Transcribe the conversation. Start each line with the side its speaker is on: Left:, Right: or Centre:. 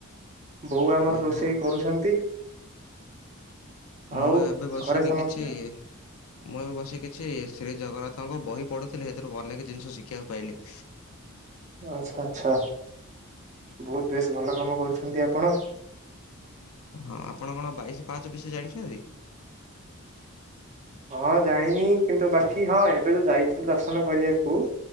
Right: ବୋଉ ଆମର
Left: ଓହୋ।
Right: ରୋଷେଇ କରୁଛନ୍ତି। ଆଉ
Left: ମୁଁ ଏବେ ବସି
Right: ଘରେ
Left: କି
Right: ସମସ୍ତେ
Left: କିଛି ମୁଁ ଏବେ ବସି କି କିଛି ଶ୍ରୀ ଜଗନ୍ନାଥଙ୍କ ବହି ପଢ଼ୁଥିଲି। ହେଥିରୁ ଅନେକ ଜିନିଷ ଶିଖିବାକୁ ପାଇଲି। <inaudible>
Right: ଆଚ୍ଛା ଆଚ୍ଛା। ବୋହୁତ୍ ବେଶ୍ ଭଲ କାମ କରୁଛନ୍ତି ଆପଣ।
Left: ହଁ। ଆପଣ କଣ ବାଇଶି ପାହାଚ ବିଷୟରେ ଜାଣିଛନ୍ତି?
Right: ହଁ। ଜାଣିନି କିନ୍ତୁ ବାକି ହଁ ଏବେ ତ ଯାଇଥିଲି ଦର୍ଶନ କରିବାକୁ